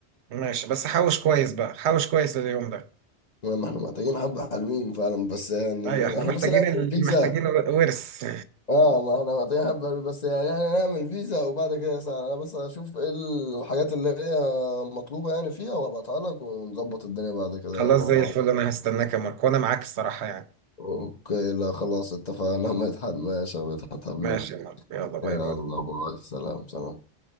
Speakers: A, on the right; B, on the left.
A: ماشي بس حوش كويس بقى حوش كويس لليوم ده
B: ما احنا محتاجين حبة حلوين فعلا بس يعني
A: ايوه احنا
B: احنا
A: محتاجين
B: بس نعمل
A: ال-
B: فيزا
A: محتاجين ورث
B: اه ما احنا محتاجين حبة حلوين بس يعني احنا نعمل فيزا وبعد كده ساعة انا بس اشوف ايه الحاجات اللي هي مطلوبة يعني فيها وابعتها لك ونظبط الدنيا بعد كده
A: خلاص
B: يعني مع
A: زي
B: بعض
A: الفل انا هستناك يا ماركو وانا معاك الصراحة يعني
B: اوكي لا خلاص اتفقنا <laughs> مدحت ماشي يا مدحت حبيبي
A: ماشي يا ماركو يلا باي
B: يلا
A: باي
B: باي سلام سلام